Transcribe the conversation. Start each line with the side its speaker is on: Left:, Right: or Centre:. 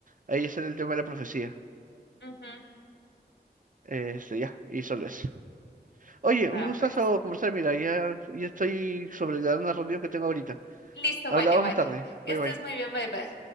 Right: ahí sale el tema de la profecía.
Left: Ujú.
Right: Este, ya, y solo eso. Oye,
Left: Ah,
Right: un gustazo
Left: pues.
Right: conversar. Mira, ya, ya estoy sobre la una reunión que tengo ahorita.
Left: Listo,
Right: Hablamos
Left: vale, vale.
Right: más tarde.
Left: Que
Right: Bye
Left: estés
Right: bye.
Left: muy bien, bye bye.